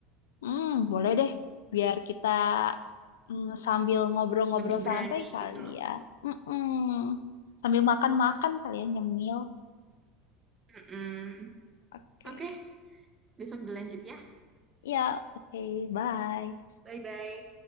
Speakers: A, on the left; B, on the right.
A: Hmm, boleh deh. Biar kita mm, sambil ngobrol-ngobrol
B: lebih berani
A: santai kali
B: gitu loh
A: ya. Mm-mm. Sambil makan-makan
B: Mm-mm.
A: kali ya, nyemil.
B: Mm-mm.
A: Oke.
B: Oke, besok dilanjut ya.
A: Ya, oke. Bye.
B: Bye-bye.